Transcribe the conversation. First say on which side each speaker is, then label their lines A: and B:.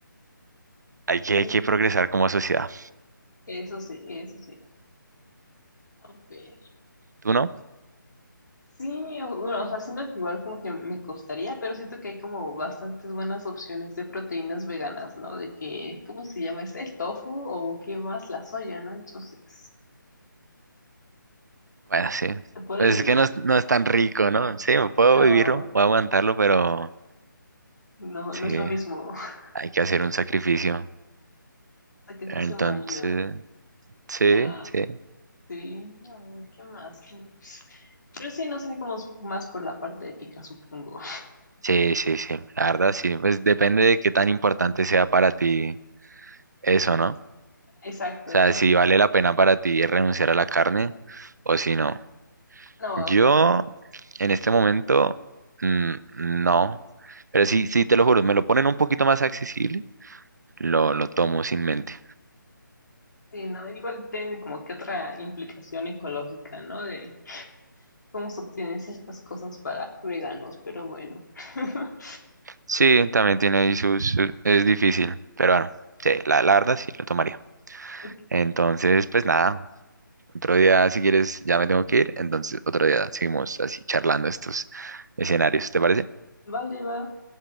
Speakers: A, on the right; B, on the left.
A: hay que,
B: ahí.
A: hay que progresar como sociedad.
B: Eso sí, eso sí. A ver.
A: ¿Tú no?
B: Sí, o bueno, o sea, siento que igual como que me costaría, pero siento que hay como bastantes buenas opciones de proteínas veganas, ¿no? De que, ¿cómo se llama este? El tofu o qué más, la soya, ¿no? Entonces,
A: Bueno, sí.
B: se puede
A: Pues
B: vivir.
A: es que no, es no es tan rico, ¿no? Sí, puedo
B: No,
A: vivirlo, puedo aguantarlo, pero
B: no,
A: sí,
B: no es lo mismo. <laughs>
A: hay que hacer un sacrificio.
B: Sacrificio
A: Entonces,
B: mayor.
A: sí,
B: Ah,
A: sí,
B: sí, a ver, ¿qué más? ¿Qué más? Pero sí, no sería como más por la parte ética, supongo.
A: sí, sí, sí. La verdad, sí. Pues depende de qué tan importante sea para ti eso, ¿no? O
B: <laughs> Exacto,
A: sea,
B: ¿no?
A: si vale la pena para ti renunciar a la carne o si no.
B: No,
A: Yo,
B: o sea,
A: en este momento, mm, no. Pero sí, sí, te lo juro, me lo ponen un poquito más accesible, lo, lo tomo sin mente.
B: sí, ¿no? Igual tiene como que otra implicación ecológica, ¿no? De cómo se obtienen ciertas cosas para veganos, pero bueno. <laughs>
A: Sí, también tiene ahí sus, su- es difícil, pero bueno, sí, la, la verdad sí lo tomaría.
B: Ok.
A: Entonces, pues nada, otro día si quieres ya me tengo que ir, entonces otro día seguimos así charlando estos escenarios, ¿te parece?
B: Vale, va.